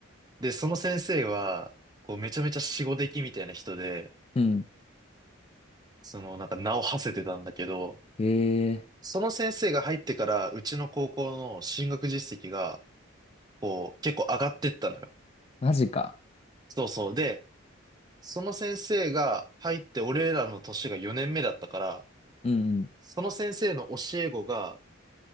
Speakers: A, on the right; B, on the left.
A: で、その先生は、こう、めちゃめちゃ死後出来みたいな人で、
B: うん。
A: その、なんか名を馳せてたんだけど、
B: へえ。
A: その先生が入ってから、うちの高校の進学実績が、こう、結構上がってったのよ。
B: マジか。
A: そうそう。で、その先生が入って、俺らの年が4年目だったから、
B: うんうん。
A: その先生の教え子が、